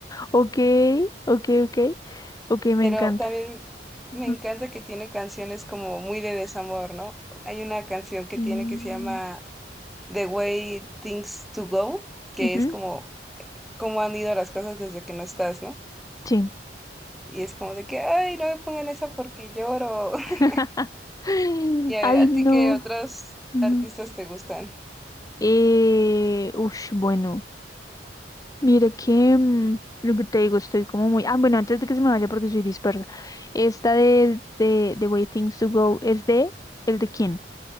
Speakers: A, on the left; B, in the centre.
A: Ok, ok, ok. Ok, me
B: Pero
A: encanta.
B: también
A: Ajá.
B: me encanta que tiene canciones como muy de desamor, ¿no? Hay una canción que
A: Mm,
B: tiene que se llama The Way Things to Go, que
A: ujú,
B: es como cómo han ido las cosas desde que no estás, ¿no?
A: Sí.
B: Y es como de que, ay, no me pongan esa porque lloro. <laughs>
A: <laughs>
B: Y a
A: Ay,
B: ver, ¿a
A: no.
B: ti qué otros
A: Ujú.
B: artistas te gustan?
A: Eh, ush, bueno, mire que mm, lo que te digo, estoy como muy. Ah, bueno, antes de que se me vaya porque soy dispersa. Esta de, de, The Way Things to Go es de ¿el de quién?